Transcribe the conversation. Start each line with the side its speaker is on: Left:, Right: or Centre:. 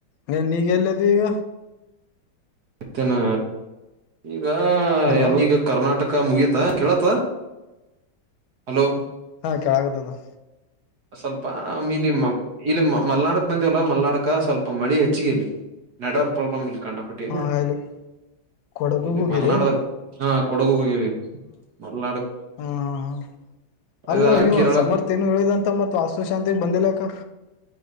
Left: ನೀ ನೀಗ ಎಲ್ಲ್ದ ಈಗ
Right: ಮತ್ತನಾ ಈಗ
Left: ಹಲೋ
Right: ಎಲ್ಲಿಗ ಕರ್ನಾಟಕ ಅಕ್ಕ ಮುಗಿತ ಕೇಳತ್ತ ಹಲೋ
Left: ಹಾ ಕೆೇಳಾಗತ್ತದ
Right: ಸ್ವಲ್ಪ್ ಇಲ್ಲಿ ಇಲ್ಲಿ ಮಲ್ನಾಡಕ್ ಬಂದಿವಲ್ಲ ಮಲ್ನಾಡಕ್ ಸ್ವಲ್ಪ ಮಳಿ ಹೆಚ್ಚಿಗೆ ಇಲ್ಲಿ ನೆಟ್ವರ್ಕ್ ಪ್ರಾಬ್ಲಮ್ ಇಲ್ ಕಂಡಪಟ್ಟಿ
Left: ಹಾ ಇಲ್ಲಿ ಕೊಡಗುಗ
Right: ಇಲ್ಲಿ
Left: ಹೋಗಿರಿ
Right: ಮಲ್ನಾಡದ
Left: ಹಾ
Right: ಹಾ ಕೊಡಗು ಹೋಗವಿಗ ಮಲ್ನಾಡ
Left: ಹಾ ಹಾ ಹಾ ಅಲ್ಲ
Right: ಇದಾಗ
Left: ಇವ
Right: ಕೇರಳಕ್
Left: ಸಮರ್ಥ್ಯ ನು ಹೇಳುದಂತ ಮತ್ತು ವಾಸ್ತು ಶಾಂತಿಗ್ ಬಂದಿಲ್ಲಕ್ಕ